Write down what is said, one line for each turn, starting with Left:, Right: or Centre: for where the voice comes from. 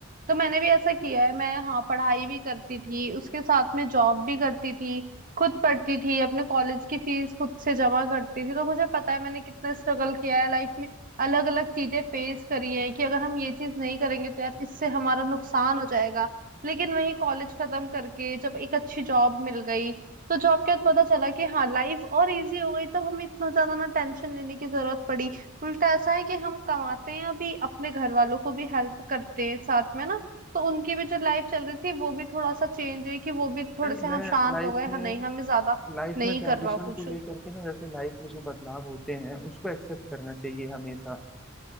Right: तो मैंने भी ऐसा किया है मैं हाँ पढ़ाई भी करती थी उसके साथ में जॉब भी करती थी खुद पढ़ती थी अपने कॉलेज की फीस खुद से जमा करती थी तो मुझे पता है मैंने कितना स्ट्रगल किया है लाइफ में अलग अलग चीजें फेस करी है कि अगर हम ये चीज नहीं करेंगे तो यार इससे हमारा नुकसान हो जाएगा लेकिन वही कॉलेज खत्म करके जब एक अच्छी जॉब मिल गई तो जॉब के बाद पता चला कि हाँ लाइफ और इजी हो गई तब हमें इतना ज्यादा ना टेंशन लेने की जरूरत पड़ी उल्टा ऐसा है कि हम कमाते हैं अभी अपने घर वालों को भी हेल्प करते हैं साथ में ना तो उनकी भी जो लाइफ चल रही थी वो भी थोड़ा सा चेंज हुई कि वो भी थोड़े
Centre: नहीं
Right: से हाँ
Centre: मैं
Right: शांत
Centre: लाइफ
Right: हो गए
Centre: में
Right: हाँ नहीं हमें ज्यादा
Centre: लाइफ
Right: नहीं
Centre: में ट्रांजिशन
Right: करना कुछ
Centre: को लेकर के ना जैसे लाइफ में जो बदलाव होते हैं उसको एक्सेप्ट करना चाहिए हमेशा